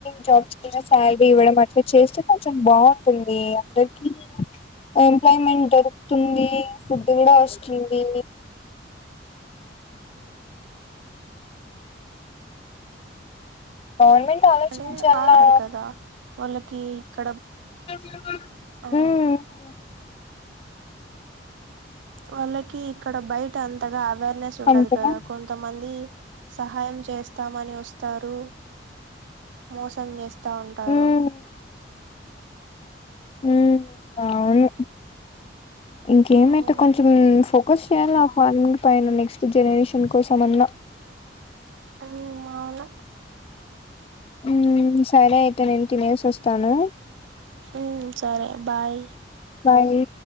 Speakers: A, on the left (about 30°); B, on the right (about 80°).
A: జాబ్స్ కి శాలరీ ఇవ్వడం <inaudible> అట్ల చేస్తె కొంచెం బాగుంటుంది అందరికీ ఎంప్లాయ్మెంట్ దొరుకుతుంది ఫుడ్ కూడా వస్తుంది. గవర్నమెంట్ ఆలోచించాలా
B: అంటే ఆడుతరు కదా వాళ్ళకి ఇక్కడ
A: ఉమ్మ్
B: ఆ వాళ్ళకి ఇక్కడ బయట అంతగా అవేర్నెస్ ఉండదు
A: అంతేగా
B: కదా కొంతమంది సహ సహాయం చేస్తామని ఒస్తారు మోసం చేస్ స్తా ఉంటారు
A: ఉమ్ ఉమ్ అవును ఇంకేమైతే
B: ఉమ్
A: కొంచెం ఫో ఒక్కో సారి ఫార్మిట్ పైన నెక్స్ట్ జనరేషన్ కోసం అన్న
B: ఆ అవ్న
A: ఉమ్మ్ సరే అయితే నేను తినేసస్తాను
B: ఉమ్ సరే బాయ్
A: బాయి